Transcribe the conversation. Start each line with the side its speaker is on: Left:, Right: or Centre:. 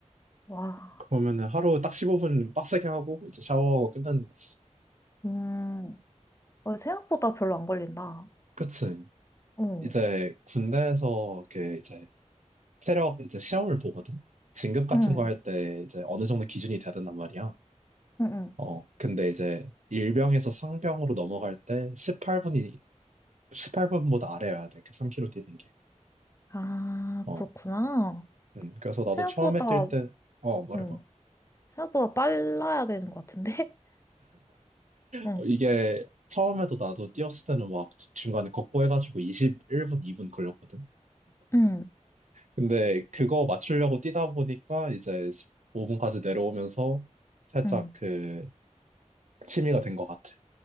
Left: 와,
Right: 그러면은 하루 딱 15분 빡세게 하고 이제 샤워하고 끝나는 거지.
Left: 음, 어, 생각보다 별로 안 걸린다.
Right: 그치.
Left: 어.
Right: 이제 군대에서 이렇게 이제 체력 이제 시험을 보거든. 진급 같은
Left: 응.
Right: 거 할 때 이제 어느 정도 기준이 돼야 된단 말이야.
Left: 응. 응.
Right: 어, 근데 이제 일병에서 상병으로 넘어갈 때 18분이 18분보다 아래여야 돼. 그 3 k 로 뛰는 게.
Left: 아,
Right: 어.
Left: 그렇구나.
Right: 음, 그래서 나도
Left: 생각보다,
Right: 처음에 뛸 때, 어, 말해봐.
Left: 응. 생각보다 빨라야 되는 것 같은데? <laughs> 응.
Right: 어, 이게 처음에도 나도 뛰었을 때는 막 중간에 걷고 해가지고 21분, 2분 걸렸거든.
Left: 응.
Right: 근데 그거 맞추려고 뛰다 보니까 이제 5분까지 내려오면서 살짝
Left: 응.
Right: 그 취미가 된 것 같아.